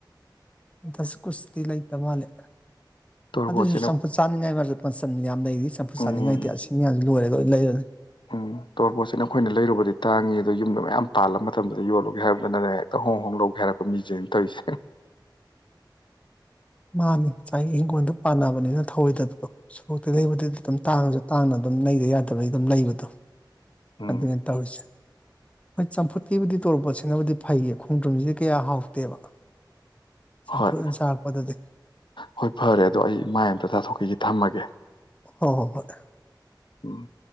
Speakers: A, on the left; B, on the left.
A: ꯗꯁ ꯀꯨꯁꯇꯤ ꯂꯩꯇ ꯃꯥꯂꯦ
B: ꯇꯣꯔꯕꯣꯠꯁꯤꯅ
A: ꯑꯗꯨꯁꯨ ꯆꯝꯐꯨꯠ ꯆꯥꯅꯤꯡꯉꯥꯏ ꯃꯆꯜ ꯌꯥꯝ ꯂꯩꯔꯤ ꯆꯝꯐꯨꯠ
B: ꯎꯝ
A: ꯆꯥꯅꯤꯡꯉꯥꯏꯗꯤ ꯑꯁꯤ ꯃꯌꯥꯝꯁꯤ ꯂꯣꯏꯔꯒ ꯑꯣꯏ ꯂꯩꯔꯅꯤ
B: ꯎꯝ ꯇꯣꯔꯕꯣꯠꯁꯤꯅ ꯑꯩꯈꯣꯏꯅ ꯂꯩꯔꯨꯕꯗꯤ ꯇꯥꯡꯉꯤ ꯑꯗꯣ ꯌꯨꯝꯗꯣ ꯃꯌꯥꯝ ꯄꯥꯜꯂ ꯃꯇꯝꯗ ꯌꯣꯜꯂꯨꯒꯦ ꯍꯥꯏꯕꯗꯨꯗꯅꯅꯦ ꯇ ꯍꯣꯡ ꯍꯣꯡ ꯂꯧꯒꯦ ꯍꯥꯏꯔꯛꯄ ꯃꯤꯁꯦꯡꯅ ꯇꯧꯔꯤꯁꯦ
A: ꯃꯥꯅꯤ ꯉꯁꯥꯏꯒꯤ ꯏꯪꯡꯈꯣꯜꯗ ꯄꯥꯟꯅꯕꯅꯤꯅ ꯊꯧꯑꯣꯏꯗꯕꯗꯣ ꯁꯣꯔꯣꯛꯇ ꯂꯩꯕꯗꯗꯤ ꯑꯗꯨꯝ ꯇꯥꯡꯉꯁꯨ ꯇꯥꯡꯅ ꯑꯗꯨꯝ ꯂꯩꯗ ꯌꯥꯗꯕꯒꯤ ꯑꯗꯨꯝ ꯂꯩꯕꯗꯣ
B: ꯎꯝ
A: ꯑꯗꯨꯅꯦ ꯇꯧꯔꯤꯁꯦ ꯍꯣꯏ ꯆꯝꯐꯨꯠꯀꯤꯕꯨꯗꯤ ꯇꯧꯔꯄꯣꯠꯁꯤꯅꯕꯨꯗꯤ ꯐꯩꯌꯦ ꯈꯣꯡꯗ꯭ꯔꯨꯝꯁꯤꯗꯤ ꯀꯌꯥ ꯍꯥꯎꯇꯦꯕ ꯆꯝꯐꯨꯠ
B: ꯍꯣꯏ
A: ꯑꯣꯏꯅ ꯆꯥꯔꯛꯄꯗꯗꯤ
B: ꯍꯣꯏ ꯐꯔꯦ ꯑꯗꯣ ꯑꯩ ꯃꯥꯏ ꯑꯝꯇ ꯇꯥꯊꯣꯛꯈꯤꯒꯦ ꯊꯝꯃꯒꯦ
A: ꯍꯣ ꯍꯣ ꯍꯣꯏ
B: ꯎꯝ